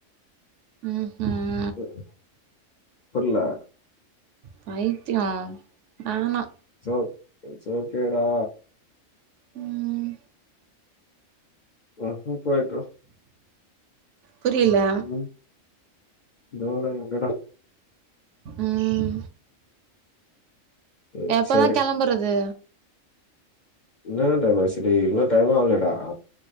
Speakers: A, on the right; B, on the left.
A: ம் ஹும்
B: ம் புரில
A: பைத்தியோ வேனா
B: சோ இட்ஸ் ஓக்கேடா
A: ம்
B: ஹு ஹு போய்ட்டு வா
A: புரியல
B: ம் இதோட எங்கடா
A: ம்
B: ம்,
A: எப்பதா
B: சரி
A: கெளம்புறது
B: என்ன தான்டா பேசிறது இன்னு டைம் ஆவலடா